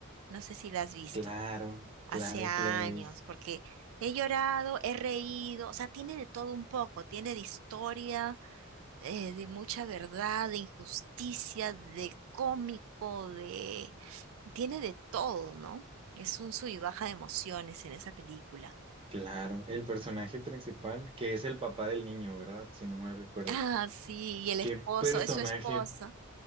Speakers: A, on the right; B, on the right.
A: No sé si la has visto.
B: Claro,
A: Hace
B: claro
A: años,
B: que la he visto.
A: porque he llorado, he reído, o sea, tiene de todo un poco, tiene de historia, eh, de mucha verdad, de injusticia, de cómico, de... Tiene de todo, ¿no? Es un sub y baja de emociones en esa película. <laughs>
B: Claro, el personaje principal, que es el papá del niño, ¿verdad? Si no mal recuerdo.
A: Ah, sí, y el
B: Qué
A: esposo,
B: personaje,
A: es su esposa.